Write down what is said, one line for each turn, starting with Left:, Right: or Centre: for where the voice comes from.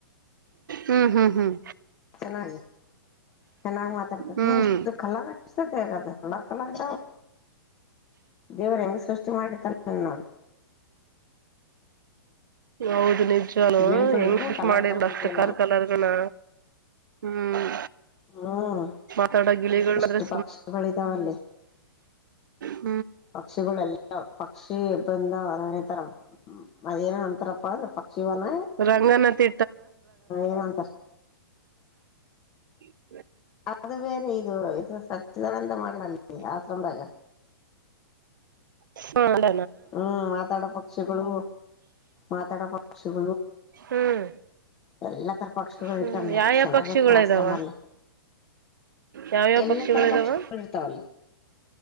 Right: ಹ್ಮ್ ಹ್ಮ್ ಹ್ಮ್
Left: ಚೆನ್ನಾಗಿ ಚೆನ್ನಾಗ್ ಮಾತಾಡ್ತತಿ
Right: ಹ್ಮ್
Left: ಅಷ್ಟು ಕಲರ್್ತೈತೆಗ ಕಲರ್ ಕಲರ್ ದೇವರ ಹೆಂಗ ಸೃಷ್ಟ ು ಮಾಡಿತ ನ ನೋಡು
Right: ಹೌದು ನೀ ಷನು
Left: ಗಿಳಿಗಳು
Right: ಹೆಂಗ್ ುಷ್
Left: ಕಲರ್
Right: ಮಾಡಿರ್
Left: ಕಲರ್
Right: ಬಸ್
Left: ಇದ್ವಲ್ಲ
Right: ಕರ್ ಕಲರ್ಗನ ಹ್ಮ್
Left: ಹ್ಮ್
Right: ಮಾತಾಡೋ ಗಿಳಿಗಳ್
Left: ಎಷ್ಟು
Right: ಆದ್ರೆ
Left: ಪಕ್ಷಿಗಳಿದಾವಲ್ಲಿ
Right: ಹ್ಮ
Left: ಪಕ್ಷಿಗಳೆಲ್ಲ ಹಾ ಪಕ್ಷಿ ಬಂದನ ತರ ಅದ್ೇಏನ ಅಂತಾರಪ್ಪ ಅಂದ ಪಕ್ಷಿವನ
Right: ರಂಗನತಿ
Left: ಏನಂತಾರ
Right: ಹ
Left: ಅದು ಬೇರೆ ಇದು ಇದು ಸ್ವಚ್ಚಿದಾನಂದ ಮಾಡನಲ್ಲಿ ಆಶ್ರಮದಾಗ
Right: ಹ್ಮ ಅದ
Left: ಹ್ಮ್ ಆತಡ ಪಕ್ಕ ಶಗಳು ಮಾತಾಡ ಶುಭ
Right: ಹ್ಮ್
Left: ಎಲ್ಲಾ ತರ ಪಕ್ಷಿಗಳು
Right: ಹ್ಮ್
Left: ಇಟ್ಟವ
Right: ಯಾವ್ಯಾವ
Left: ಚೆನ್ನಾಗತೆ
Right: ಪಕ್ಷಿಗಳ
Left: ಆಶ್ರಮಲ್ಲಿ
Right: ಇದಾವ ಯಾವ್ಯಾವ
Left: ಎಲ್ಲಾ
Right: ಪಕ್ಷಿಗಳ
Left: ತರ
Right: ಇದಾವ
Left: ಪಕ್ಷಿಗಳು ಇರ್ತಾವಲ್ಲಿ